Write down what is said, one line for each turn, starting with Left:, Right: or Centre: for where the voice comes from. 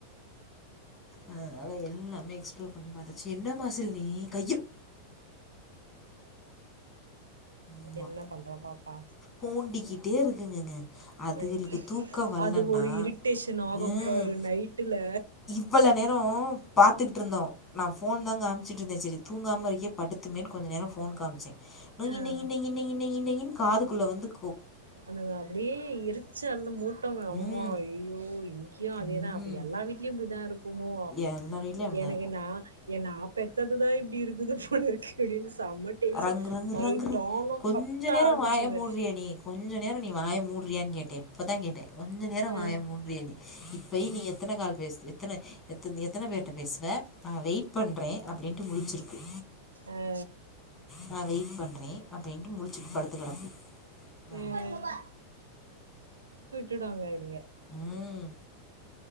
Left: அதுனால எல்லாமே எக்ஸ்ப்ளோர்பண்ணி பாதச்சு என்ன மாசில் நீ கைய எடு ஆமா
Right: என்ன பண்றா பாப்பா
Left: தூண்டிக்கிட்டே இருக்குங்கங்க அதுகளுக்கு
Right: ஐ
Left: தூக்கமே வரலன்னா
Right: அது ஒரு இரிட்டேஷன் ஆகும்
Left: ஹம்
Right: பாரு நைட்டுல
Left: இவ்ளோநேரோ பாத்துக்கிட்டு இருந்தோ நா ஃபோன் தா காமிச்சிட்டு இருந்தே சரி தூங்காம இருக்கே படுத்துமேன்னு கொஞ்சோ நேரோ போன் காமிச்சே நை
Right: ஆ
Left: நை நை நை நைன்னு காதுக்குள்ள வந்து கோ
Right: அந்தங்க அப்டியே எரிச்சல் மூட்டோங்க அம்மா
Left: ம்
Right: ஐயோ இங்யு அதேதா
Left: ம்
Right: அப்ப எல்லா வீட்லி யு இப்டிதா இருக்கு குமோ
Left: எல்லா வீட்லேயும் அப்படி
Right: எனக்கு
Left: தான் இருக்கும்
Right: நா என்ன அப் பெத்ததுதா இப்டி இருக்குது போலருக்கு அப்டின்னு செம்ம டென்ஷன்
Left: ரங் ரங்
Right: நைட்
Left: ரங்
Right: ஆனா
Left: கொஞ்ச
Right: கத்த
Left: நேரொ
Right: ஆரம்பிச்சிருவே
Left: வாய மூடுறிய நீ கொஞ்சோ நேரொ நீ வாய மூடுறிய கேட்ட இப்பதா கேட்ட கொஞ்ச நேரோ
Right: அ
Left: வாய முடிறிய நீ இப்பய் நீ எத்தன கால் பேஸ்த் எத்தன எத்து எத்தன பேர்ட்ட பேசுவ நா வெயிட் பண்றன் அப்டின்ட்டு முடிச்சுருக்கு
Right: அ
Left: நா வெயிட் பண்றேன் அப்டின்ட்டு முழுச்சுட் படுத்துகேடக்கு
Right: அ
Left: ஆமா
Right: <unintelligible> அங்க இங்க
Left: ம்